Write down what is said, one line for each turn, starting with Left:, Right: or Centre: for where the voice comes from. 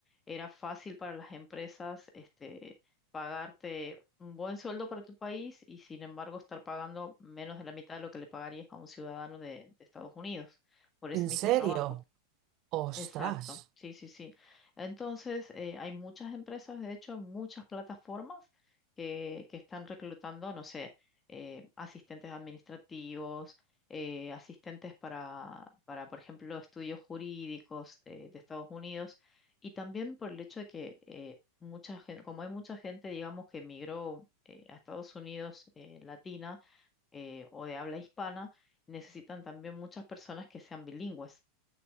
Left: era fácil para las empresas este, pagarte un buen sueldo para tu país y sin embargo estar pagando menos de la mitad de lo que le pagarías a un ciudadano de de Estados Unidos por ese
Right: ¿En
Left: mismo
Right: serio?
Left: trabajo.
Right: ¡Ostras!
Left: Exacto, sí, sí, sí. Entonces, eh, hay muchas empresas, de hecho, muchas plataformas que, que están reclutando, no sé, eh, asistentes administrativos, eh, asistentes para, para, por ejemplo, estudios jurídicos eh, de Estados Unidos, y también por el hecho de que eh, mucha gente, como hay mucha gente, digamos, que emigró eh, a Estados Unidos eh, latina eh, o de habla hispana, necesitan también muchas personas que sean bilingües.